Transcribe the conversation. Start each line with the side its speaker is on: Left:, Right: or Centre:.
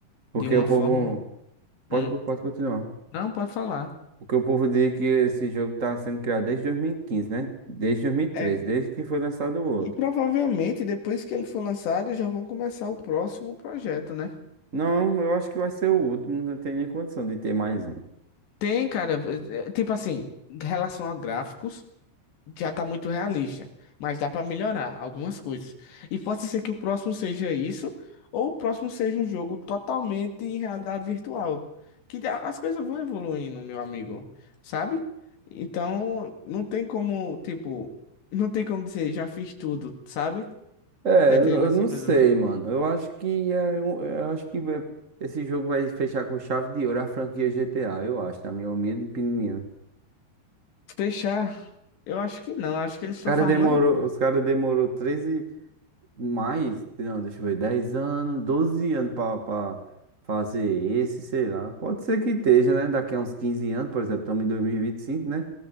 Right: Porque
Left: de uma
Right: o
Left: forma.
Right: povo. Pode,
Left: Hum.
Right: co- pode continuar.
Left: Não, pode falar.
Right: Porque o povo diz é que esse jogo tá sendo criado desde 2015, né? Desde 2013,
Left: É.
Right: desde que foi lançado o outro.
Left: E provavelmente depois que ele for lançado, já vão começar o próximo projeto, né?
Right: Não, eu acho que vai ser o último. Não tem nem condição de ter mais um.
Left: Tem, cara, eh, tipo assim, em relação a gráficos, já tá muito realista, mas dá pra melhorar algumas coisas. E pode ser que o próximo seja isso, ou o próximo seja um jogo totalmente em realidade virtual. Que dá- as coisas vão evoluindo, meu amigo, sabe? Então, não tem como, tipo, não tem como dizer, já fiz tudo, sabe?
Right: É,
Left: Tá
Right: eu
Left: entendendo
Right: eu
Left: assim,
Right: não
Left: mais
Right: sei,
Left: ou menos?
Right: mano. Eu acho que é, um- eu acho que é- esse jogo vai fechar com chave de ouro a franquia GTA, eu acho, na minha humilde opinião.
Left: Fechar, eu acho que não, acho que eles
Right: Os
Left: estão
Right: cara
Left: farmando.
Right: demorou, os cara demorou 13 mais, não, deixa eu ver, 10 anos, 12 anos pra, pra fazer esse, sei lá. Pode ser que esteja, né? Daqui a uns 15 anos, por exemplo, estamos em 2025 né?